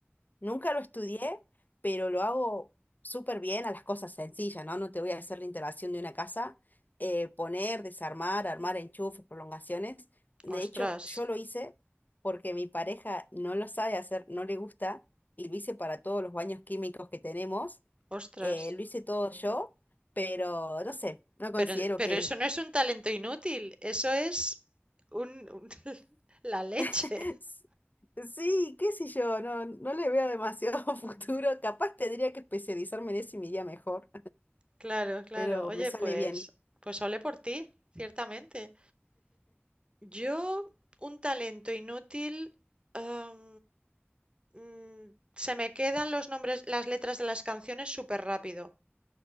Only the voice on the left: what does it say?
Nunca lo estudié, pero lo hago súper bien a las cosas sencillas, ¿no? No te voy a hacer la instalación de una casa, eh, poner, desarmar, armar enchufes, prolongaciones. De
hecho, yo lo hice porque mi pareja no lo sabe hacer, no le gusta, y lo hice para todos los baños químicos que tenemos.
Eh, lo hice todo yo, pero no sé, no considero
que...
<laughs> Sí, qué sé yo, no, no le veo demasiado <laughs> futuro. Capaz tendría que especializarme en eso y me iría mejor.
pero
me sale
bien.